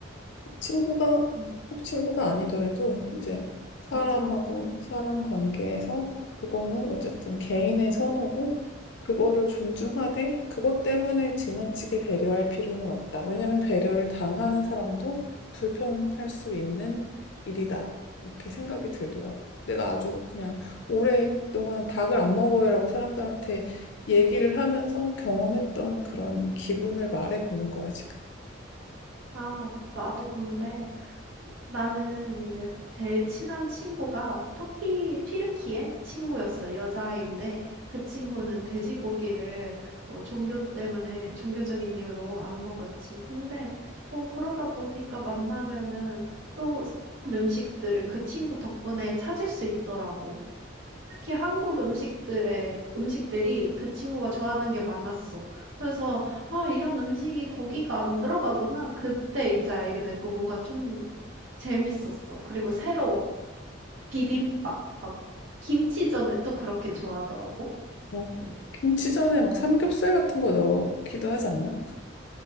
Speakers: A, on the left; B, on the right.
A: 친구가
B: 음,
A: 꼭 친구가 아니더라도 이제 사람하고
B: 맞아.
A: 사람 관계에서 그거는 어쨌든 개인의 선호고 그거를 존중하되 그것 때문에 지나치게 배려할 필요는 없다. 왜냐하면 배려를 당하는 사람도 불편할 수 있는 일이다. 이렇게 생각이 들더라고. 내가 아주 그냥 오랫동안 닭을 안 먹어요라고 사람들한테 얘기를 하면서 경험했던 그런 기분을 말해보는 거야, 지금.
B: 아, 나도 근데 나는 이제 제일 친한 친구가 터키, 튀르키예 친구였어. 여자아이인데 그 친구는 돼지고기를 뭐 종교 때문에, 종교적인 이유로 안 먹었지. 근데 어, 그러다 보니까 만나면은 또 새로운 음식들을 그 친구 덕분에 찾을 수 있더라고. 특히 한국 음식들의 음식들이 그 친구가 좋아하는 게 많았어. 그래서 아, 이런 음식이 고기가 안 들어가구나. 그때 이제 알게 됐고 뭔가 좀 재밌었어. 그리고 새로워. 비빔밥. 막 김치전을 또 그렇게 좋아하더라고.
A: 어,
B: 음.
A: 김치전에 막 삼겹살 같은 거 넣기도 하지 않나?